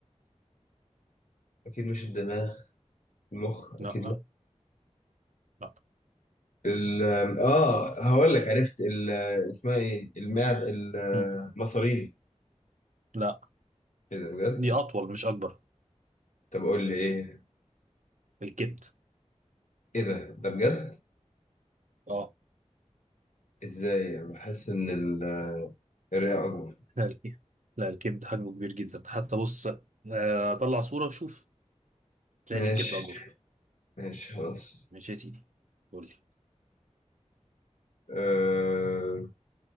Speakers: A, on the left (about 80°); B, on the right (about 85°).
A: اكيد مش الدماغ المخ
B: لا
A: اكيد لا
B: لا
A: ال... اه هقول لك عرفت ال... اسمها ايه المعد
B: مم.
A: المصارين
B: لا
A: ايه ده بجد
B: دي أطول مش أكبر
A: طب قول لي ايه
B: الكبد
A: ايه ده ده بجد
B: اه
A: ازاي انا بحس ان ال- الرئه اكبر
B: لا الكبد لا الكبد حجمه كبير جدا حتى بص آه، طلع صورة وشوف تلاقي
A: ماشي
B: إن الكبد أكبر
A: ماشي خلاص
B: ماشي يا سيدي قول لي
A: آه،